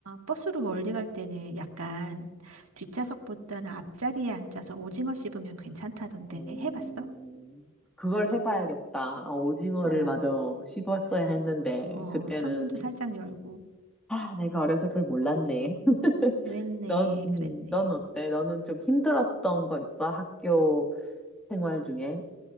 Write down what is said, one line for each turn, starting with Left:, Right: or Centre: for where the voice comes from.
Right: 버스로 멀리 갈 때는 약간 뒷좌석보다는 앞자리에 앉아서 오징어 씹으면 괜찮다던데
Centre: 음,
Right: 해봤어?
Centre: 그걸 해봐야겠다. 어, 오징어를
Right: 어,
Centre: 마저 씹었어야 했는데
Right: 어,
Centre: 그때는
Right: 창문도 살짝 열고.
Centre: 아, 내가 어려서 그걸 몰랐네.
Right: 그랬네,
Centre: 넌, 음,
Right: 그랬네.
Centre: 넌 어때? 너는 좀 힘들었던 거 있어? 학교 생활 중에?